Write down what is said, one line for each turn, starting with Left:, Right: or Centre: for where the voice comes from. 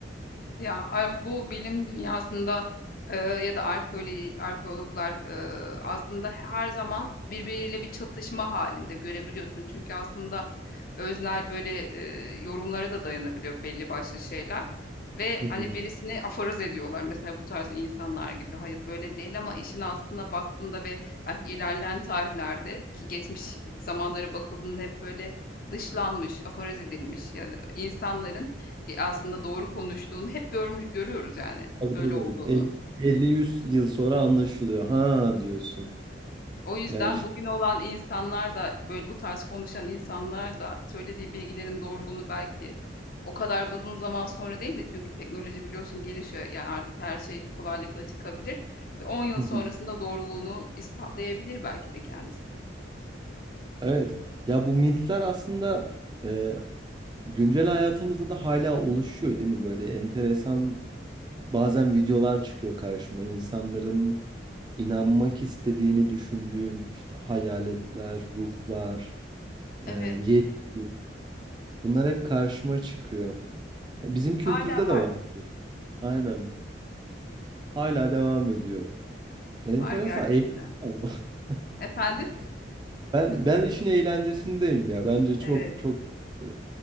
Left: Evet Ya a- bu bilim dünyasında e, ya da arkeoloji, arkeologlar e, aslında her zaman birbiriyle bir çatışma halinde görebiliyorsun. Çünkü aslında öznel, böyle, eee, yorumlara da dayanabiliyor belli başlı şeyler ve,
Right: Hı hı.
Left: hani, birisini aforoz ediyorlar mesela bu tarz insanlar gibi. Hayır, böyle değil ama işin aslında baktığında ve belki ilerleyen tarihlerde ki geçmiş zamanlara bakıldığında hep böyle dışlanmış, aforoz edilmiş ya da insanların ge aslında doğru konuştuğunu hep görmüş görüyoruz yani
Right: Tabii
Left: öyle
Right: tabii.
Left: olduğunu.
Right: El- 50-100 yıl sonra anlaşılıyor. Ha diyorsun.
Left: O yüzden
Right: Ya işte
Left: bugün olan insanlar da böyle bu tarz konuşan insanlar da söylediği bilgilerin doğruluğunu belki o kadar uzun zaman sonra değil de çünkü teknoloji biliyorsun gelişiyor. Yani artık her şey kolaylıkla çıkabilir. Bir on yıl
Right: Hı hı.
Left: sonrasında doğruluğunu ispatlayabilir belki de kendisi.
Right: evet. Ya bu mitler aslında e, Güncel hayatımızda da hala oluşuyor değil mi? Böyle enteresan bazen videolar çıkıyor karşıma. İnsanların inanmak istediğini düşündüğüm işte hayaletler, ruhlar,
Left: Evet,
Right: e, yetki bunlar hep karşıma çıkıyor. Ya Bizim kültürde
Left: hala var.
Right: de var. bu. Aynen. Hala devam ediyor. Enteresan.
Left: Var gerçekten.
Right: eğlenceli ama. <laughs>
Left: Efendim?
Right: Ben ben işin eğlencesindeyim ya. Bence
Left: Evet.
Right: çok çok e,